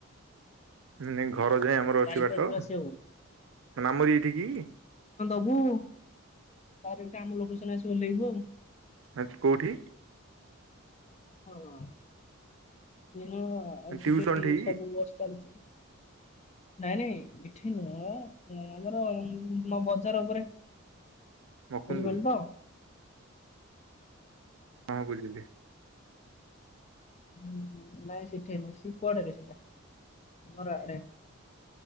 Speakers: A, on the right (about 65°); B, on the left (about 30°).
A: ନାଇ ଘର ଯାଏ ଆମର
B: ବାଇପାସ
A: ଅଛି ବାଟ।
B: ରୁ ଆସିବାକୁ
A: ନାମର ଏଇଠି କି?
B: ହୁ ଡାଇରେକ୍ଟ ଆମ ଲୋକେସନରେ ଆସିକି ଓଲ୍ହେଇବୁ ଆଉ!
A: ଆଚ୍ କୋଉଠି?
B: ହଁ ହ ଆଉ
A: ଟିଉସନ
B: ସେଠି ଏମତି
A: ଠି
B: ସବୁ ବସ୍ ଚାଲୁଛି। ନାଇଁ ନାଇଁ ଏଠି ନୁହଁ ଆମର ବଜାର ଉପରେ ବୁଝି
A: ମକୁନ୍ଦପୁର
B: ପାରିଲୁ ତ।
A: ହଁ ବୁଝିଲି।
B: ହୁଁ ନାଇଁ ଶିଖେ ମୁଁ ସିପଡରେ ସେଟା ଘର ଆଡେ।